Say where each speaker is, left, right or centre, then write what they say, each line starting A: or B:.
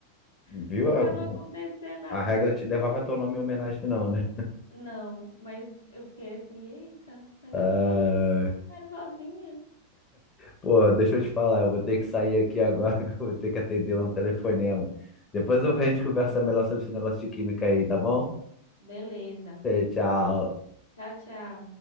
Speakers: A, on the left; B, on the left.
A: <laughs>
B: Viu? <laughs> a-
A: para não acontecer nada.
B: A regra te levava teu nome em homenagem, não, né?
A: Não, mas eu fiquei assim, eita, mas
B: Ah,
A: a culpa era novinha.
B: pô, deixa eu te falar, eu vou ter que sair aqui agora, <laughs> que eu vou ter que atender lá um telefonema. Depois
A: Pronto,
B: a gente
A: tranquilo.
B: conversa melhor sobre esse negócio de química aí, tá bom?
A: Beleza.
B: Eh, Tchau.
A: Tchau, tchau.